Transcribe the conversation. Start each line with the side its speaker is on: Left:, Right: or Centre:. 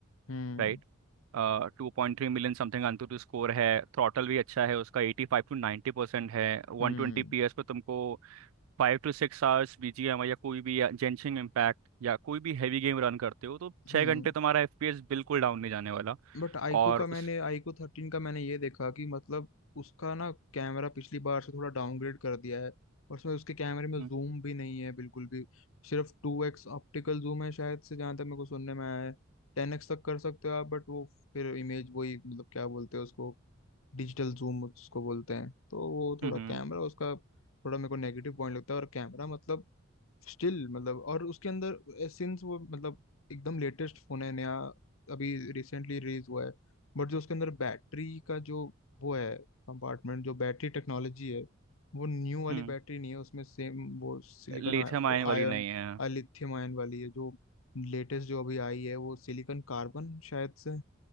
Left: हम्म
Right: Right टू पॉइंट थ्री million something AnTuTu score है थ्रॉटल भी अच्छा है उसका एटी फाइव टू नाइन्टी परसेंट है वन
Left: हम्म
Right: ट्वेंटी पी एस पे तुमको फाइव टू सिक्स आवर्स बीजीएम या कोई भी जेंशिंग इम्पैक्ट या कोई भी हैवी गेम रन करते हो तो छः
Left: हम्म
Right: घंटे तुम्हारा एफपीएस बिल्कुल डाउन नहीं जाने वाला
Left: बट आईकू
Right: और
Left: का मैंने
Right: उस
Left: आईकू थर्टीन का मैंने ये देखा कि मतलब उसका ना कैमरा पिछली बार से थोड़ा डाउनग्रेड कर दिया है और उसमें उसके कैमरे में
Right: हम्म
Left: जूम भी नहीं है बिल्कुल भी सिर्फ टू एक्स ऑप्टिकल जूम है शायद से जहाँ तक मेरे को सुनने में आया है टेन एक्स तक कर सकते हो आप बट वो फिर इमेज वही मतलब क्या बोलते हैं उसको डिजिटल जूम उसको बोलते हैं तो वो थोड़ा
Right: हम्म
Left: कैमरा उसका थोड़ा मेरे को नेगेटिव पॉइंट लगता है और कैमरा मतलब स्टिल मतलब और उसके अंदर सिंस वो मतलब एकदम लेटेस्ट फोन है नया अभी रिसेंटली रिलीज हुआ है बट जो उसके अंदर बैटरी का जो वो है कंपार्टमेंट जो बैटरी टेक्नोलॉजी है वो न्यू वाली
Right: हम्म
Left: बैटरी नहीं है उसमें सेम वो सिलिकॉन
Right: लिथियम
Left: वो
Right: आयन वाली
Left: आयन
Right: नहीं है
Left: लिथियम आयन वाली है जो लेटेस्ट जो अभी आई है वो सिलिकॉन कार्बन शायद से